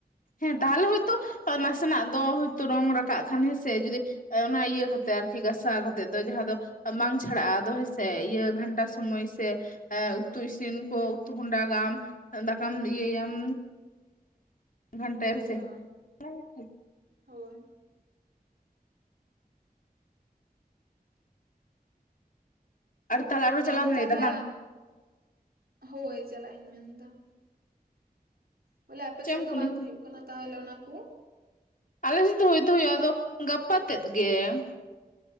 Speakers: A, on the left (about 60°); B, on the right (about 75°).
A: ᱦᱮᱸ ᱛᱟᱦᱚᱞᱮ ᱦᱳᱭᱛᱳ ᱱᱟᱥᱮᱱᱟᱜ ᱫᱚ ᱦᱳᱭᱛᱳ ᱨᱚᱝ ᱨᱟᱠᱟᱵ ᱠᱷᱟᱱ ᱦᱮᱸᱥᱮ, ᱡᱩᱫᱤ ᱚᱱᱟ ᱤᱭᱟᱹ ᱠᱟᱛᱮᱜ ᱟᱨᱠᱤ ᱜᱟᱥᱟᱣ ᱠᱟᱛᱮᱜ ᱫᱚ ᱡᱟᱦᱟᱸ ᱫᱚ ᱵᱟᱝ ᱪᱷᱟᱲᱟᱜᱼᱟ ᱟᱫᱚ ᱦᱮᱸᱥᱮ ᱤᱭᱟᱹ ᱜᱷᱟᱱᱴᱟ ᱥᱚᱢᱚᱭ ᱥᱮ ᱮ ᱩᱛᱩ ᱤᱥᱤᱱ ᱠᱚ ᱩᱛᱩ ᱦᱚᱸᱰᱟᱜᱟᱢ, ᱫᱟᱠᱟᱢ ᱤᱭᱟᱹᱭᱟᱢ ᱜᱷᱟᱱᱴᱟᱭᱟᱢ
B: ᱦᱳᱭ
A: ᱥᱮ
B: ᱦᱳᱭ
A: ᱾
B: ᱦᱳᱭ ᱾
A: ᱟᱨ ᱛᱟᱦᱚᱞᱮ ᱟᱨᱦᱚᱸ ᱪᱟᱞᱟᱜ
B: ᱟᱢ ᱫᱚ
A: ᱮᱢ
B: ᱛᱟᱦᱚᱞᱮ,
A: ᱞᱟᱹᱭᱫᱟ ᱵᱟᱝ
B: ᱦᱳᱭ ᱪᱟᱞᱟᱜ ᱤᱧ ᱢᱮᱱ ᱮᱫᱟ ᱾ ᱵᱚᱞᱮ ᱟᱯᱮ
A: ᱪᱮᱫ
B: ᱥᱮᱫ
A: ᱮᱢ
B: ᱫᱚ
A: ᱠᱩᱞᱤᱧ
B: ᱵᱟᱝ ᱦᱩᱭᱩᱜ ᱠᱟᱱᱟ ᱛᱟᱦᱚᱞᱮ ᱚᱱᱟ ᱠᱚ?
A: ᱟᱞᱮ ᱥᱮᱫ ᱫᱚ ᱦᱩᱭ ᱫᱚ ᱦᱩᱭᱩᱜᱼᱟ ᱟᱫᱚ ᱜᱟᱯᱟ ᱛᱮᱫ ᱜᱮ ᱾